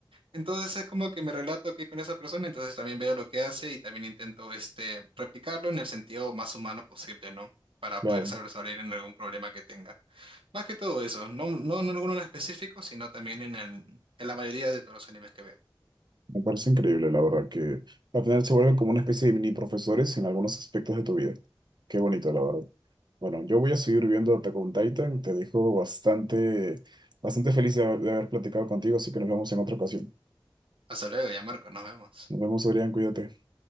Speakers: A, on the right; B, on the right.
A: Entonces es como que me relato que con esa persona, entonces también veo lo que hace y también intento este, replicarlo en el sentido más humano posible, ¿no? para
B: Claro,
A: poder salir en algún problema que tenga. Más que todo eso, no, no en alguno en específico, sino también en el, en la mayoría de todos los animes que veo.
B: me parece increíble, la verdad, que al final se vuelven como una especie de mini profesores en algunos aspectos de tu vida. Qué bonito, la verdad. Bueno, yo voy a seguir viendo Attack on Titan. Te dejo bastante, bastante feliz de de haber platicado contigo, así que nos vemos en otra ocasión.
A: Hasta luego, ya Marco, nos vemos.
B: Nos vemos, Adrián, cuídate.